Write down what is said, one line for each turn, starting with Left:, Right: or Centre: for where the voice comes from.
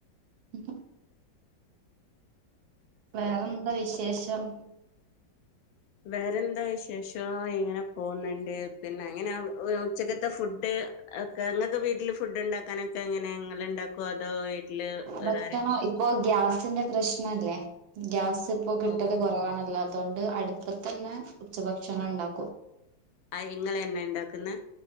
Right: ഉം.... വേറെന്ത വിശേഷം..
Left: വേറെന്തവിശേഷോ... ഇങ്ങനെ പോവുന്ന്ണ്ട് പിന്നെ അങ്ങനെവ്.. ഉച്ചക്കത്തെ ഫുഡ്.... ഒക്കെ ഇങ്ങക്ക് വീട്ടിൽ ഫുഡ് ഉണ്ടാക്കാനൊക്കെ എങ്ങനെ ഇങ്ങള്ണ്ടാ ക്കോ... അതോ വീട്ടില് വേറാരെങ്കിലും
Right: ഭക്ഷണം ഇപ്പൊ ഗ്യാസിന്റെ പ്രശ്നല്ലേ ഗ്യാസിപ്പൊ കിട്ടല്
Left: ഓഹ്
Right: കുറവാണല്ലോ അതോണ്ട് അടുപ്പത്തന്നെ ഉച്ചഭക്ഷണം
Left: അ.
Right: ഉണ്ടാക്കും
Left: ആരിഇങ്ങളെന്നേ ഇണ്ടാക്ക്ന്നേ